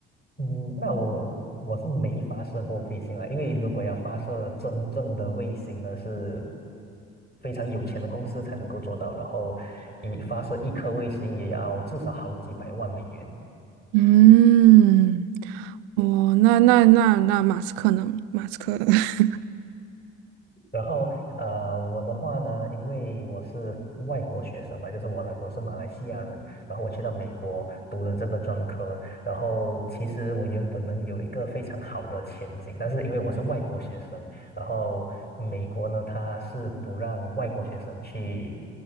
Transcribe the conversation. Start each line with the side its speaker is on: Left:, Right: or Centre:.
Left: 嗯，那我我是没发射过卫星啊，因为如果要发射真正的卫星呢，是非常有钱的公司才能够做到，然后一发射一颗卫星也要至少好几百万美元。
Right: 嗯，哦，那那那那马斯克能，马斯克 <laughs>
Left: 然后呃，我的话呢，因为我是外国学生嘛，就是我来我是马来西亚人，然后我去到美国读的这个专科，然后其实我原本能有一个非常好的前景，但是因为我是外国学生，然后美国呢，它是不让外国学生去